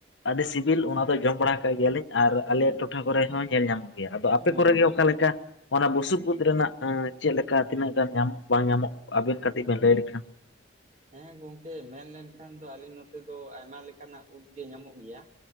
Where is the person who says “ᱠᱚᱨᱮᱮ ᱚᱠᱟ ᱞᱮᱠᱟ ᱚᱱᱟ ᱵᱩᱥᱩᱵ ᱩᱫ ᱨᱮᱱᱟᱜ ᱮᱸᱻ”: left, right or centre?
Left